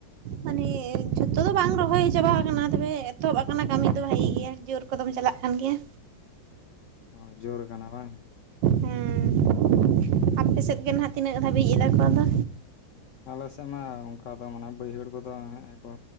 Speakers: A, on the right (about 75°); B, on the left (about 85°).
A: ᱢᱟᱱᱮ ᱡᱷᱚᱛᱚ ᱫᱚ ᱵᱟᱝ ᱨᱚᱦᱚᱭ ᱪᱟᱵᱟ ᱠᱟᱱᱟ ᱛᱚᱵᱮ ᱮᱛᱚᱦᱚᱵ ᱟᱠᱟᱱᱟ ᱠᱟᱹᱢᱤ ᱫᱚ ᱵᱷᱟᱜᱤ ᱜᱮ, ᱡᱳᱨ ᱠᱚᱫᱚᱢ ᱪᱟᱞᱟᱜ ᱠᱟᱱ ᱜᱮᱭᱟ᱾
B: ᱦᱮᱸ, ᱡᱳᱨ ᱠᱟᱱᱟ ᱵᱟᱝ?
A: ᱦᱮᱸ ᱟᱯᱮ ᱥᱮᱫᱜᱮ ᱱᱟᱦᱟᱜ ᱛᱤᱱᱟᱹᱜ ᱫᱷᱟᱹᱵᱤᱡ ᱮᱫᱟ ᱠᱚ ᱟᱫᱚ?
B: ᱟᱞᱮ ᱥᱮᱫ ᱢᱟ ᱚᱱᱠᱟ ᱫᱚ ᱢᱟᱱᱮ ᱵᱟᱹᱭᱦᱟᱹᱲ ᱠᱚᱫᱚ ᱦᱮᱸᱜ-ᱮ ᱠᱚ,